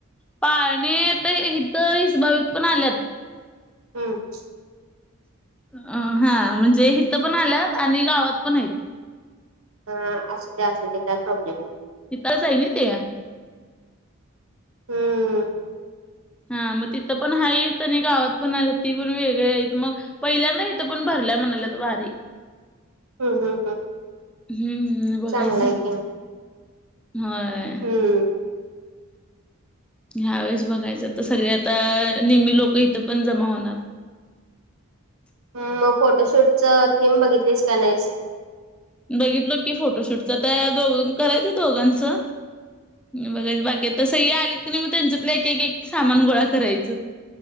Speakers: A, in the centre; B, on the right.
A: पाळणे आता इथं हिसबावित पण आल्यात.
B: हम्म
A: अ हा म्हणजे इथ पण आल्यात आणि गावात पण आहेत.
B: हा असू दे असू दे काय प्रॉब्लेम नाही.
A: ईथाच हाईनी ते.
B: हम्म
A: हा मग तिथं पण आहेत आणि गावात पण आल्यात ती पण वेगळी आहेत मग पहिल्यांदा इथं पण भरल्या म्हणाल्यात वारी.
B: हम्म -हम्म- हम्म
A: हम्म बघायचं,
B: चांगला आहे की.
A: व्हय.
B: हम्म
A: ह्या वेळेस बघायचं आता सगळी आता नेहमी लोक इथं पण जमा होणार. <inaudible>
B: हम्म, मग फोटोशूटचं थीम बघितलीस का नाहीस?
A: बघितलो की फोटोशूटच तया -दोघ करायचंय दोघांचं. बघायच बाकी आता सगळी आलीत कनी मग त्यांच्यातलं एक- एक-एक सामान गोळा करायचं.